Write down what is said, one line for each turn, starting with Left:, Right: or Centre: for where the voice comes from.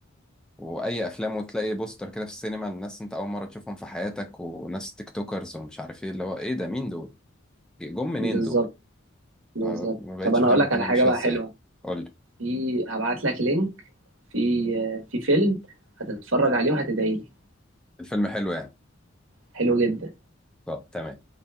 Centre: واي افلام وتلاقي بوستر كده في السينما الناس انت اول مره تشوفهم في حياتك وناس تيك توكرز ومش عارف ايه اللي هو ايه ده مين دول جم منين
Right: بالظبط
Centre: دول
Right: بالظبط
Centre: آه، ما بقتش
Right: طب أنا
Centre: فاهم
Right: أقول لك
Centre: الدنيا
Right: على حاجة
Centre: ماشيه
Right: بقى
Centre: ازاي
Right: حلوة
Centre: قول لي
Right: في هبعت لك لينك في آه، في فيلم هتتفرج عليه وهتدعي لي
Centre: الفيلم حلو يعني
Right: حلو جدا
Centre: طب تمام